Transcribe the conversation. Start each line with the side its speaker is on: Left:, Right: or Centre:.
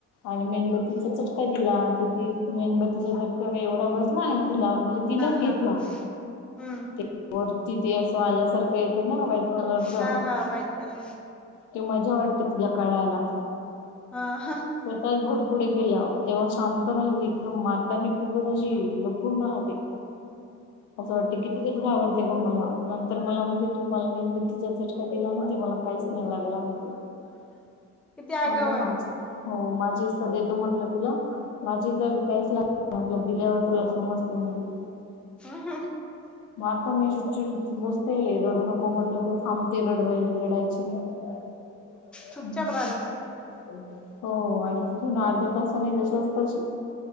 Left: आणि मेणबत्तीचा चटका दिला आता ती मेणबत्तीचा चटका काय एवढा बसला नाही तिला म्हणजे तिनेच
Centre: हा
Left: घेतला.
Centre: हम्म
Left: ते वरती ते असं आल्यासारखं येते ना व्हाईट कलरचं
Centre: हा हा व्हाईट कलर
Left: ते मजा वाटते तिला काढायलां.
Centre: हा हा
Left: प्रकाश भट पुढे केला तेव्हा शांत राहिली एकदम मार् त्यांनी खूपच अशी लपून राहते असं वाटते कितीकच घाबरते का मला नंत तर मला म्हणते तू मला वेणतीचा चटका दिला ना ते मला काहीच नाही लागला म्हणत
Centre: किती आगाऊ
Left: म्हटलं
Centre: आहे
Left: माझ हो माझी इस्सा देतो म्हटलं तुला माझी तर काहीच लागला दिल्यावर तुला समजते म्हणजे
Centre: हो हो
Left: मग आता मी चिड बसते रडू नको म्हटलं तर, थांबते रडवाय रडायची. हम्म
Centre: चुपचाप
Left: हम्म.
Centre: राहत असेल
Left: हो आणि तिथून अर्ध्या तासानी जशाचं तशी